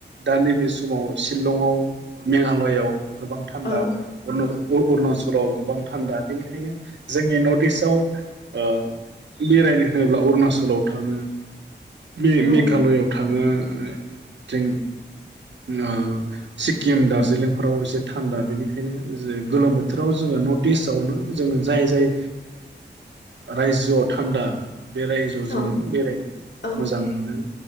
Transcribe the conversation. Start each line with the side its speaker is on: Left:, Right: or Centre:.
Right: दा नैबे समाव शिलंआव मेघालयआव गोबां थान्दा
Left: औ
Right: ओ उ अरुणाचलाव गोबां थान्दा बेनिखायनो जोंनि नर्थ इस्टआव ओ बेरायनो होनोब्ला अरुणाचलाव थाङो मे
Left: औ
Right: मेघालयआव थाङो थों नो सिक्किम दार्जिलिंफोराव एसे थान्दा बेनिखायनो जे गोलोम बोथोराव जोङो नर्थ इस्टआवनो जोङो जाय जाय रायजोआव थान्दा बेराय ज
Left: औ
Right: जोङो बेरायनो
Left: औ
Right: मोजां मोनो